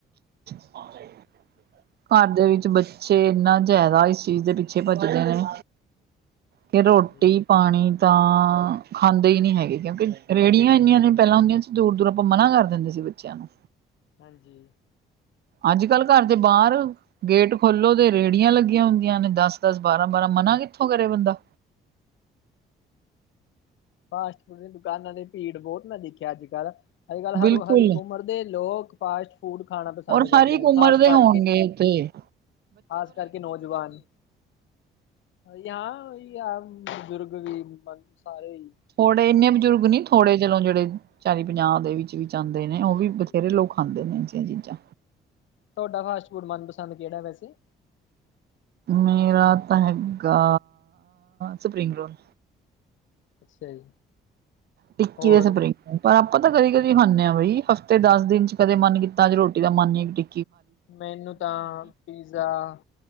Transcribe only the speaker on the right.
ਹਾਂਜੀ। ਘਰ ਦੇ ਵਿੱਚ ਬੱਚੇ ਇੰਨਾ ਜ਼ਿਆਦਾ ਇਸ ਚੀਜ਼ ਦੇ ਪਿੱਛੇ ਭੱਜਦੇ ਨੇ। ਕੇ ਰੋਟੀ
ਪਾਨੀ ਤਾਂ ਖਾਂਦੇ ਹੀ ਨਹੀਂ ਹੈਗੇ, ਕਿਉਂਕਿ ਰੇਹੜੀਆਂ ਇੰਨੀਆਂ ਨੇ ਪਹਿਲਾਂ ਹੁੰਦੀਆਂ ਸੀ। ਦੂਰ- ਦੂਰ ਆਪਾਂ ਮਨਾ ਕਰ ਦੇਂਦੇ ਸੀ ਬੱਚਿਆਂ ਨੂੰ
ਅੱਜ- ਕੱਲ ਘਰ ਦੇ ਬਾਹਰ ਗੇਟ ਖੋਲੋ ਤੇ ਰੇਹੜੀਆਂ ਲੱਗੀਆਂ ਹੁੰਦੀਆਂ ਨੇ, ਦਸ- ਦਸ, ਬਾਰਾਂ- ਬਾਰਾਂ, ਮਨਾ ਕਿੱਥੋਂ ਕਰੇ ਬੰਦਾ
ਬਿਲਕੁਲ
ਔਰ
ਹਰ ਇੱਕ
ਉਮਰ
ਦੇ
ਹੋਣਗੇ ਐਥੇ
ਥੋੜੇ ਇੰਨੇ ਬਜ਼ੁਰਗ ਨੀ ਥੋੜੇ ਚਲੋ, ਜੇੜੇ ਚਾਲੀ ਪੰਜਾਹ ਦੇ ਵਿੱਚ ਦੇ ਵਿੱਚ ਆਂਦੇ ਨੇ, ਉਹ
ਵੀ ਬਥੇਰੇ ਲੋਕ ਖਾਂਦੇ ਨੇ ਇਹੋ ਜੀਆਂ ਚੀਜ਼ਾਂ
ਮੇਰਾ ਤਾਂ ਹੈਗਾ, ਸਪਰਿੰਗ ਰੋਲ
ਟਿੱਕੀ
ਤੇ ਸਪਰਿੰਗ ਰੋਲ, ਪਰ ਆਪਾਂ ਤੇ ਕਦੀ- ਕਦੀ ਖਾਂਦੇ ਆਂ ਬਾਈ, ਹਫ਼ਤੇ ਦਸ ਦਿਨ 'ਚ'
ਕਦੇ ਮਨ ਕੀਤਾ ਰੋਟੀ ਜਿਹਦਾ ਮੰਨ ਨੀ ਟੀ